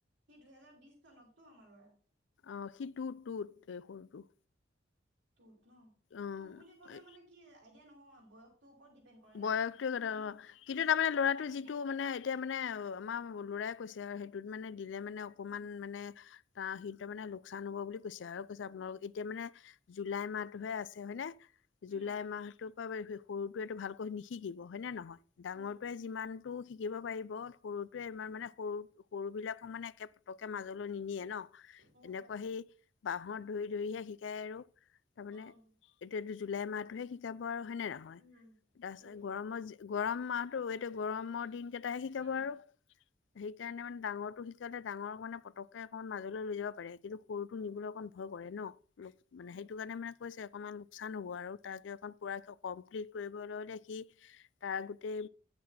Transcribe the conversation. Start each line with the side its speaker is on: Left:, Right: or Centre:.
Right: সি দুহেজাৰ বিশ চনততো আমাৰ ল'ৰা।
Left: অঁ সি টুত টুত সৰুটো
Right: টুত ন
Left: অ
Right: টুত বুলি ক'লে মানে কি আইডিয়া নহয় বয়সতো ওপৰত ডিপেণ্ড কৰে
Left: বয়সতোৰ
Right: না কিছুমানক
Left: কতে অ কিন্তু
Right: কিছুমানক
Left: তাৰমানে ল'ৰাটো
Right: সৰুতে দি
Left: যিটো
Right: দিয়ে
Left: মানে এতিয়া মানে আমাৰ লৰাই কৈছে আৰু সেইটোত মানে দিলে মানে অকমান
Right: উম।
Left: মানে তাৰ সেইটো মানে লোকচান হব বুলি কৈছে আৰু কৈছে আপোনালোক এতিয়া মানে জুলাই মাহটোহে
Right: উম,
Left: আছে হয়নে।
Right: উম,
Left: জুলাই মাহটোৰ পৰা সৰুটোৱেটো ভালকৈ নিশিকিব হয়নে নহয় ডাঙৰটোৱে
Right: উম,
Left: যিমানটো শিকিব পাৰিব। সৰুটোৱে
Right: উম,
Left: ইমান মানে সৰু সৰু বিলাকক মানে একেপ পতকে মাজলৈ নিনিয়ে ন,
Right: উম,
Left: এনেকুৱা
Right: উম,
Left: সি বাহত ধৰি ধৰিহে শিকায় আৰু। তাৰমানে
Right: উম।
Left: এতিয়াটো জুলাই মাহটোহে শিকাব আৰু হয়নে নহয়।
Right: উম।
Left: তাই
Right: সেইটোৱে
Left: গৰমৰ গৰম মাহতোএইটো গৰমৰ দিন কেইটাহে শিকাব
Right: উম,
Left: আৰু। সেইকাৰণে মানে ডাঙৰটো শিকাওতে ডাঙৰটো মানে পতকে অকণমান মাজলৈ লৈ যাব পাৰে। কিন্তু সৰুটো
Right: উম,
Left: নিবলৈ অকণ ভয় কৰে ন। অলপ
Right: উম,
Left: মানে সেইটো কাৰণে মানে কৈছে অকণমান লোকচান হ'ব আৰু তাৰকে অকণ পূৰাকে কমপ্লিট কৰিবলৈ হ'লে সি তাৰ
Right: উম,
Left: গোটেই